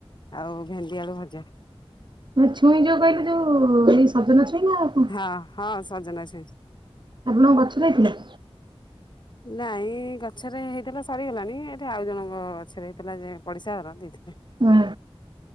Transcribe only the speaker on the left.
ଆଉ ଭେଣ୍ଡି ଆଳୁ ଭଜା,
ହଁ ହଁ ସଜନା ଅଛ,
ନାଇଁ ଗଛରେ ହେଇଥିଲା ସରିଗଲାଣି ଏଠି ଆଉ ଜଣଙ୍କ ଗଛରେ ହେଇଥିଲା ଯେ ପଡିଶା ଘର ଦେଇଥିଲେ,